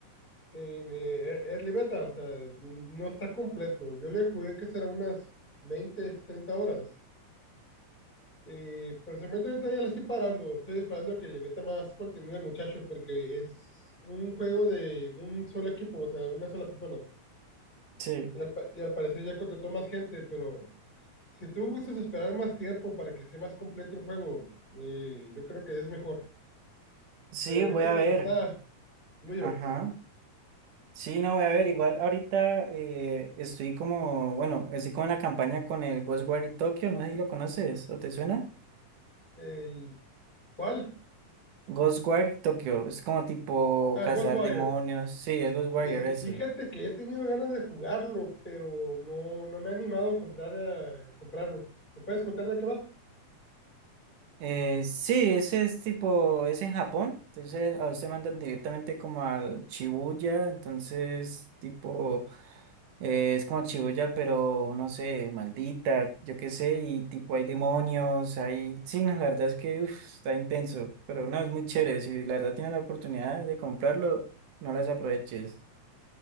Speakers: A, on the left (about 25°); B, on the right (about 75°).
A: En eh, er-, Early Beta, o sea, no está completo. Yo le jugué que será unas 20 30 horas. Eh, personalmente ahorita ya le estoy parando. Estoy esperando a que le meta más contenido al muchacho porque es un juego de un solo equipo, o sea, una sola persona.
B: Sí,
A: Y al, pa- y al parecer ya contrató más gente, pero si tú gustas esperar más tiempo para que sea más completo el juego, eh, yo creo que es mejor.
B: sí,
A: Pero ahorita
B: voy a
A: como
B: ver.
A: está, muy divertido.
B: Ajá. Sí, no, voy a ver, igual ahorita eh, estoy como, bueno, estoy como en la campaña con el Ghostwire Tokyo, no sé si lo conoces o te suena.
A: El, ¿cuál?
B: Ghostwire Tokyo, es como tipo
A: Ah,
B: cazar
A: el Ghostwire.
B: demonios, sí, es Ghostwire
A: Eh,
B: eso.
A: fíjate que he tenido ganas de jugarlo, pero no, no me he animado a comprar, eh, comprarlo. ¿Me puedes contar de qué va?
B: Eh, sí, ese es tipo, es en Japón, entonces a usted mandan directamente como al Shibuya, entonces tipo, eh, es como Shibuya, pero no sé, maldita, yo qué sé, y tipo hay demonios, hay, sí, no, la verdad es que uf, está intenso, pero no, es muy chévere, si la verdad tienes la oportunidad de comprarlo, no las aproveches.